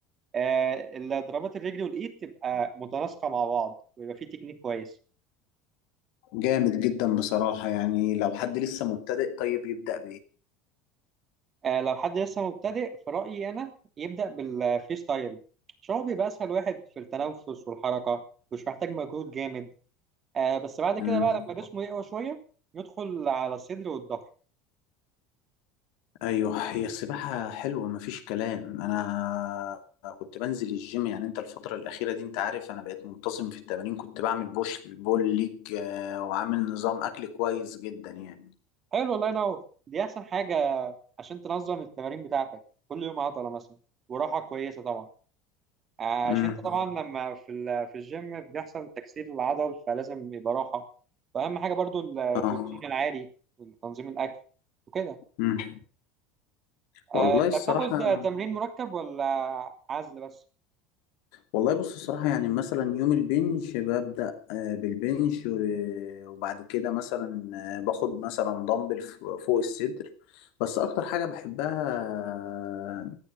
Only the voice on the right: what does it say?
آه، اللي ضربات الرجل والايد تبقى متناسقه مع بعض ويبقى في تكنيك كويس
آه، لو حد لسه مبتدئ في رايي انا يبدا بالفري ستايل عشان هو بيبقى اسهل واحد في التنفس والحركه مش محتاج مجهود جامد آه، بس بعد كده
بقى لما جسمه يقوى شويه يدخل على الصدر والظهر
حلو الله ينور دي احسن حاجه عشان تنظم التمارين بتاعتك كل يوم عضله مثلا وراحه كويسه طبعا عشان
انت طبعا لما في ال- في الجيم بيحصل تكسير العضل فلازم يبقى راحه واهم حاجه برضو البروتين
العالي وتنظيم الاكل وكده
آه،
انت بتاخد تمرين مركب ولا عزل بس